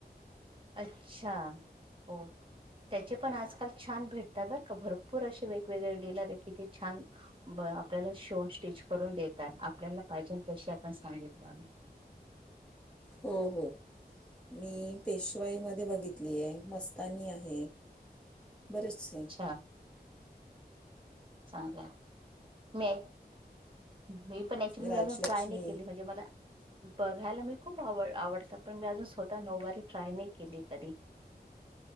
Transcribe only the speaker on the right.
अच्छा हो त्याचे पण आजकाल छान भेटतात बर का भरपूर असे वेगवेगळे डिलर आहे कि ते छान आपल्याला शो स्टिच करून देत आपल्याला पाहिजे तशी आपण सांगितलं आम्ही
अच्छा चांगलं मी मी पण ऍचुली मी
अजून ट्राय नाही केली म्हणजे मला बघायला मी खूप आव आवडत पण मी अजून स्वतः नऊवारी ट्राय नाही केली कधी